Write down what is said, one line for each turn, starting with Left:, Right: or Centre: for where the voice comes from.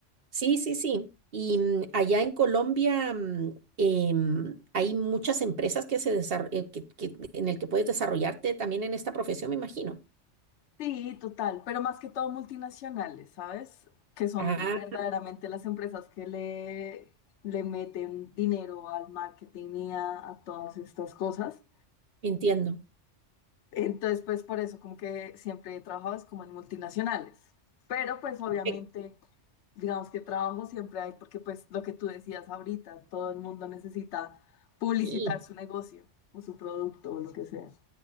Right: Sí, sí, sí. Y mm, allá en Colombia mm, em, hay muchas empresas que se desar- eh, que- que- en el que puedes desarrollarte también en esta profesión, me imagino.
Left: Sí, total, pero más que todo multinacionales, ¿sabes? Que son
Right: Ah,
Left: verdaderamente las empresas que le, le meten dinero al marketing y a a todas estas cosas.
Right: entiendo.
Left: Entonces, pues por eso como que siempre he trabajado es como en multinacionales. Pero pues obviamente,
Right: Perfecto,
Left: digamos que trabajo siempre hay porque pues lo que tú decías ahorita, todo el mundo necesita publicitar
Right: Sí.
Left: su negocio o su producto o lo que sea.